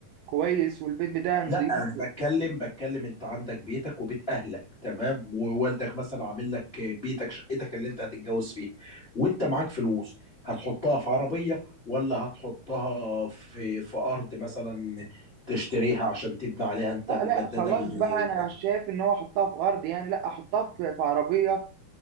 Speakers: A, on the right; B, on the left.
A: كويس والبيت بتاعي
B: لا
A: نضيف
B: انا بتكلم بتكلم انت عندك بيتك وبيت اهلك تمام ووالدك مثلا عامل لك بيتك شقتك اللي انت هتتجوز فيها وانت معاك فلوس هتحطها في عربية ولا هتحطها في في ارض مثلا تشتريها عشان تبني عليها انت
A: لا
B: مجددا
A: لا خلاص
B: ل-
A: بقى انا شايف ان هو احطها في ارض يعني لا احطها في في عربيه